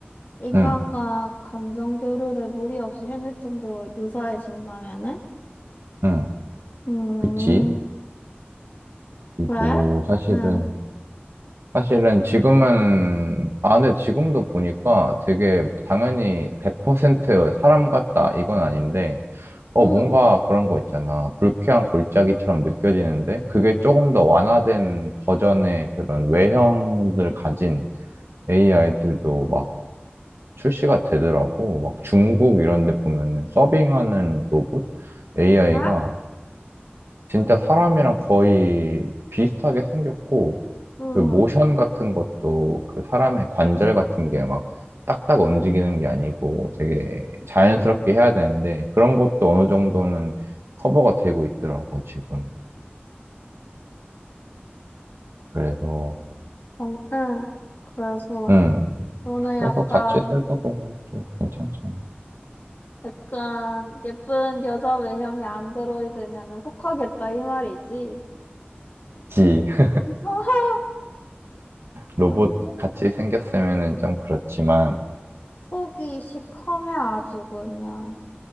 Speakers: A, on the left; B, on the right.
A: 인간과
B: 응,
A: 감정 교류를 무리 없이 해낼 정도로 유사해진다면은?
B: 응,
A: 음,
B: 그치. 그리고
A: 그래?
B: 사실은,
A: 응,
B: 사실은 지금은, 아, 근데 지금도 보니까 되게 당연히 100% 사람 같다, 이건 아닌데, 어,
A: 응,
B: 뭔가 그런 거 있잖아. 불쾌한 골짜기처럼 느껴지는데, 그게 조금 더 완화된 버전의 그런 외형을 가진 AI들도 출시가 되더라고. 막 중국 이런 데 보면은 서빙하는 로봇 AI가
A: 그래?
B: 진짜 사람이랑 거의 비슷하게 생겼고
A: 응,
B: 그 모션 같은 것도 그 사람의 관절 같은 게 막 딱딱 움직이는 게 아니고 되게 자연스럽게 해야 되는데 그런 것도 어느 정도는 커버가 되고 있더라고, 지금. 그래서,
A: 응, 응. 그래서
B: 음.
A: 너는
B: 그래서
A: 약간,
B: 같이 살다 보면 또 괜찮잖아.
A: 약간 예쁜 여자 외형의 안드로이드면은 혹하겠다 이 말이지.
B: 그치. <laughs>
A: <laughs>
B: 로봇
A: 아, 무슨
B: 같이 생겼으면은 좀 그렇지만,
A: 속이 시커매 아주 그냥.